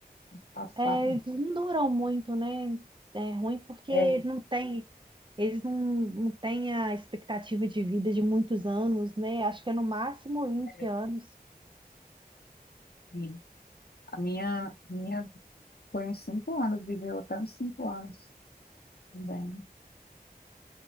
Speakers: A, on the left; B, on the right.
A: Passar.
B: É, eles não duram muito, né? É ruim porque
A: É,
B: não tem, eles não, não têm a expectativa de vida de muitos anos, né? Acho que é no máximo vinte
A: é,
B: anos.
A: e a minha, minha foi uns cinco anos, viveu até uns cinco anos também.